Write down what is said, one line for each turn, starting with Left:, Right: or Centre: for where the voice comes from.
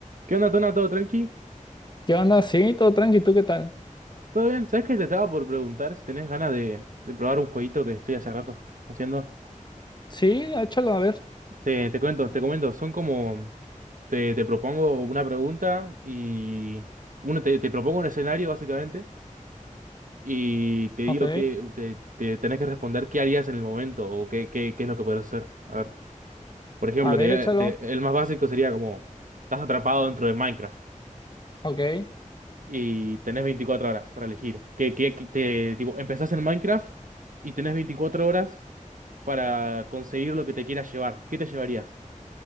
Right: ¿Qué onda, Tona? ¿Todo tranqui?
Left: ¿Qué onda? Sí, todo tranqui, ¿tú qué tal?
Right: ¿Todo bien? ¿Sabes que te estaba por preguntar si tenés ganas de, de probar un jueguito que estoy hace rato haciendo?
Left: Sí, échalo, a ver.
Right: Te, te cuento, te comento, son como... Te, te propongo una pregunta y... Uno, te, te propongo un escenario, básicamente, y te digo
Left: Ok,
Right: que te, te tenés que responder qué harías en el momento o qué, qué, qué es lo que podrías hacer. A ver, por ejemplo,
Left: a ver,
Right: te-
Left: échalo.
Right: te- el más básico sería como... Estás atrapado dentro de Minecraft.
Left: Ok,
Right: y tenés 24 horas para elegir. Que, que, que te, tipo, empezás en Minecraft y tenés 24 horas para conseguir lo que te quieras llevar. ¿Qué te llevarías?